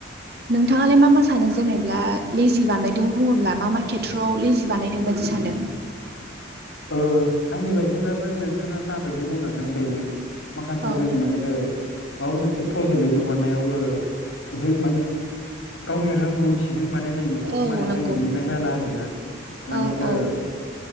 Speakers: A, on the right; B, on the left.
A: नोंथाङालाय मा-मा सानो जेनेब्ला लेजि बानायदों बुङोब्ला मा-मा खेत्र'आव लेजि बानायदोंबा? सानो?
B: <inaudible> ओ आंनि बायदिब्लाबो नोंथाङा जाबायदि बुंलांदों बेनो। माखासे
A: औ
B: जों माने ओ माबा मोनसे प्रजेक्ट लिरनो हरनायाव ओ जों माने। गावनि रोंगौ। थिजों माने नैबेफोरखौ
A: औ
B: माने जोङो
A: नंगौ
B: लिरनाय जाला आर ना माने
A: औ औ
B: ओ।